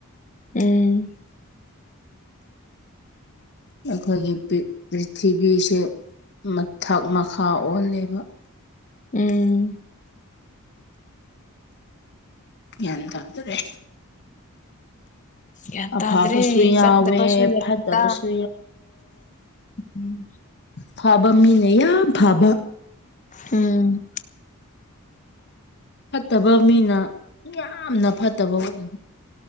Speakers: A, on the left; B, on the left.
A: ꯎꯝ
B: ꯑꯈꯣꯏꯒꯤ ꯄꯔꯤ ꯄ꯭ꯔꯤꯊꯤꯕꯤꯁꯦ ꯃꯊꯛ ꯃꯈꯥ ꯑꯣꯜꯂꯦꯕ
A: ꯎꯝ <unintelligible>
B: ꯌꯥꯟꯇꯥꯗꯔꯦ
A: ꯌꯥꯟꯇꯥꯗꯔꯦ
B: ꯑꯐꯕꯁꯨ ꯌꯥꯎꯋꯦ
A: ꯆꯪꯇ ꯄꯁꯨ ꯌꯥꯇ
B: ꯐꯠꯇꯕꯁꯨ
A: ꯎꯝ <unintelligible> <inaudible>
B: ꯐꯥꯕ ꯃꯤꯅ ꯌꯥꯝ ꯐꯥꯕ
A: ꯎꯝ
B: ꯐꯠꯇꯕ ꯃꯤꯅ ꯌꯥꯝꯅ ꯐꯠꯇꯕ ꯑꯣꯏ꯫